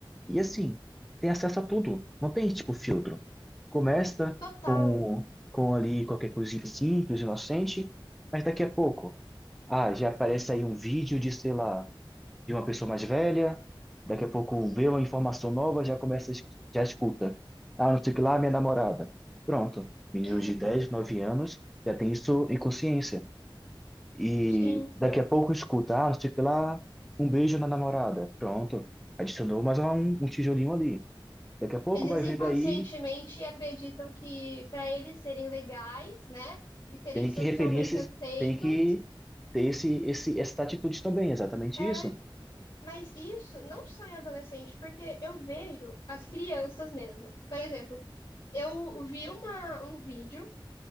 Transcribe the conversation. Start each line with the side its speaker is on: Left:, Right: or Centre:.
Centre: e assim, tem acesso a tudo. Não tem, tipo, filtro. Começa
Left: Total.
Centre: com, com ali qualquer coisinha simples, inocente, mas daqui a pouco, ah, já aparece aí um vídeo de, sei lá, de uma pessoa mais velha, daqui a pouco vê uma informação nova, já começa, a es- já escuta. Ah, não sei o que lá, minha namorada. Pronto. Meninos
Left: Uhum,
Centre: de 10 9 anos já tem isso em consciência. E
Left: sim.
Centre: daqui a pouco escuta, ah, não sei o que lá, um beijo na namorada. Pronto. Adicionou mais um, um tijolinho ali. Daqui a pouco
Left: Eles
Centre: vai
Left: inconscientemente
Centre: ver daí,
Left: acreditam que para eles serem legais, né, e serem
Centre: tem
Left: socialmente
Centre: que repelir esses,
Left: aceitos,
Centre: tem que ter esse, esse, essa atitude também, exatamente
Left: é,
Centre: isso.
Left: mas isso não só em adolescente, porque eu vejo as crianças mesmo. Por exemplo, eu vi uma, um vídeo,